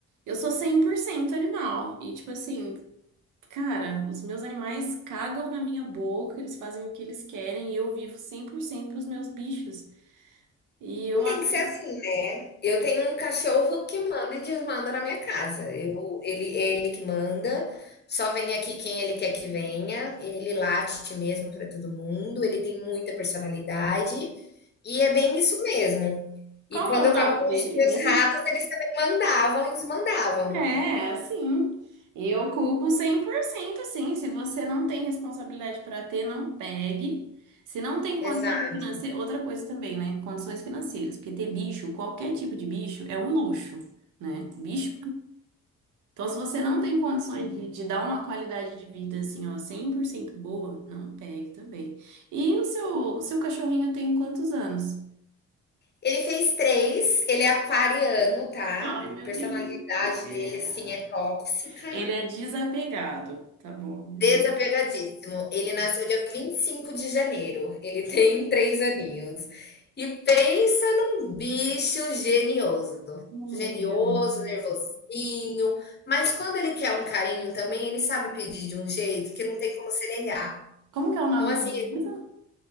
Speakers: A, on the right (about 80°); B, on the left (about 35°).
A: eu sou 100% animal. E tipo assim, cara, os meus animais cagam na minha boca, eles fazem o que eles querem e eu vivo 100% pros meus bichos. E eu
B: Não Tem
A: acho.
B: que ser assim, né? Eu tenho um cachorro que manda e desmanda na minha casa. Eu, ele, é ele que manda, só vem aqui quem ele quer que venha. Ele late mesmo para todo mundo, ele tem muita personalidade e é bem isso mesmo. E
A: Qual
B: quando
A: que é o
B: eu
A: nome
B: tava com
A: dele
B: os meus
A: mesmo?
B: ratos, eles também mandavam e desmandavam.
A: É, assim, eu culpo 100%, sim. Se você não tem responsabilidade para ter, não pegue. Se não tem
B: Exato.
A: condições financeiras, outra coisa também, né? Condições financeiras, porque ter bicho, qualquer tipo de bicho, é um luxo, né? Bicho. Então, se você não tem condições de, de dar uma qualidade de vida assim, ó, 100% boa, não pegue também. E o seu, o seu cachorrinho tem quantos anos?
B: Ele fez três, ele é aquariano, tá?
A: Ai, meu
B: A personalidade
A: Deus. do céu.
B: dele, assim, é tóxica.
A: Ele é desapegado, tá bom?
B: Desapegadíssimo.
A: Diga.
B: Ele nasceu dia 25 de janeiro. Ele <laughs> tem 3 aninhos. E pensa num bicho genioso.
A: Oh, meu
B: Genioso,
A: Deus.
B: nervosinho, mas quando ele quer um carinho também, ele sabe pedir de um jeito que não tem como se negar.
A: Como que é o nome
B: Então, assim,
A: dele mesmo?